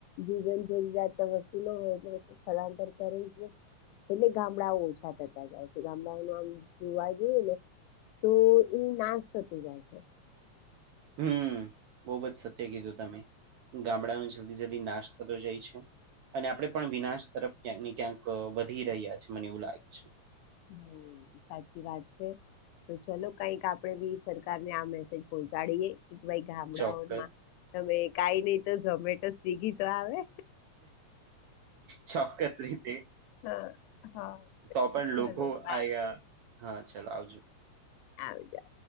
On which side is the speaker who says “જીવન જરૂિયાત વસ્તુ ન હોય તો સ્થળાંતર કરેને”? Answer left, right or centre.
Left